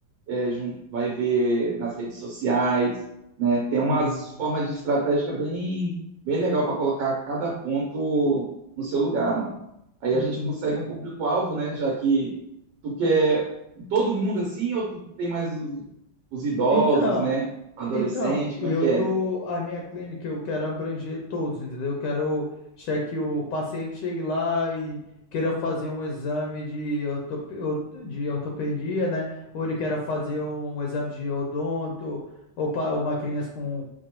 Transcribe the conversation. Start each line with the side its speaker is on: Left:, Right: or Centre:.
Right: é, jun- vai ver nas redes sociais, né? Tem umas
Left: uhum.
Right: formas de estratégica bem, bem legal para colocar cada ponto no seu lugar, mano. Aí
Left: Uhum.
Right: a gente consegue um público-alvo, né? Já que tu quer todo mundo assim, ou tu tem mais os, os idosos,
Left: Então,
Right: né? Adolescente,
Left: Então, eu
Right: como é que é?
Left: tô, a minha clínica eu quero abranger todos, entendeu? Eu quero che- que o paciente chegue lá e queira fazer um exame de, ortope- or- de ortopedia, né? Ou ele queira fazer um exame de odonto, ou pa- uma criança com